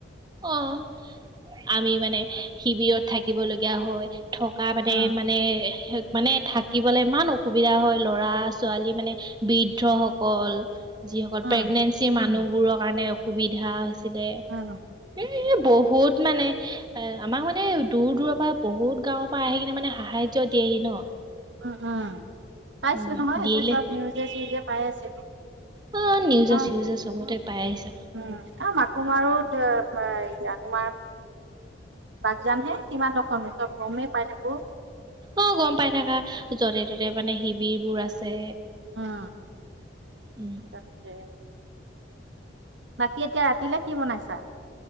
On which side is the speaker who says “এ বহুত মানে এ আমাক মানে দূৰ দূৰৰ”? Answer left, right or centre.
Right